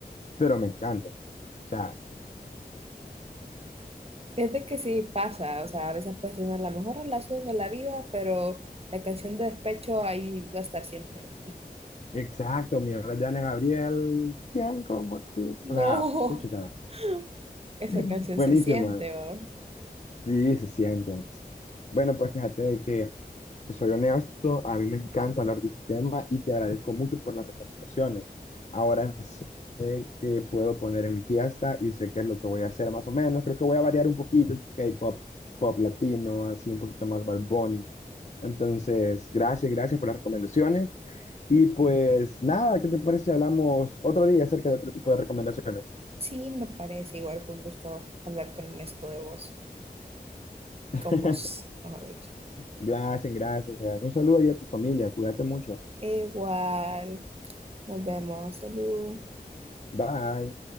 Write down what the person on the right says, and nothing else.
Fíjate que sí pasa, o sea, a veces puede tener la mejor relación de la vida, pero la canción de despecho ahí va a estar siempre.
No,
<laughs> esa
canción
se siente, ¿o?
Sí, me parece, igual fue un gusto hablar con esto de vos,
con vos, mejor dicho.
Igual, nos vemos, salud.